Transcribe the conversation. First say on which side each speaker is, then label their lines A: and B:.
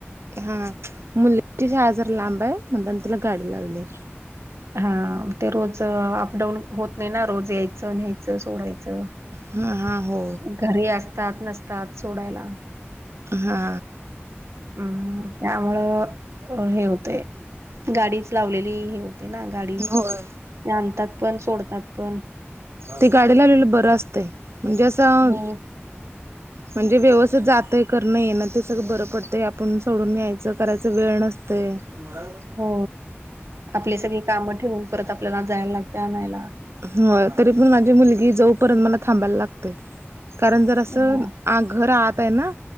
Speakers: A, on the right (about 70°); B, on the right (about 85°).
A: हा मुलगीची शाळा जरा लांब आहे म्हणताना तिला गाडी लागली.
B: हा ते रोज अपडाऊन होत नाही ना रोज यायचं न्यायचं सोडायचं.
A: हा हा हो
B: घरी असतात नसतात सोडायला.
A: हा
B: हम् त्यामुळं, हे होतंय. गाडीच लावलेली हे होते ना गाडी,
A: होय
B: ते आणतात पण सोडतात पण.
A: ते गाडी लावलेल बरं असतंय, म्हणजे असं
B: हो
A: म्हणजे व्यवस्थित जातंय करण येणं ते सगळं बरं पडतंय आपण सोडून यायचं करायचं वेळ नसतय. तुम्हाला
B: हो, आपली सगळी काम ठेवून परत आपल्याला जायला लागते आणायला.
A: हो तरी पण माझी मुलगी जाऊपर्यंत मला थांबायला लागतेय. कारण जरा असं
B: हो.
A: आ घर आत आहे ना.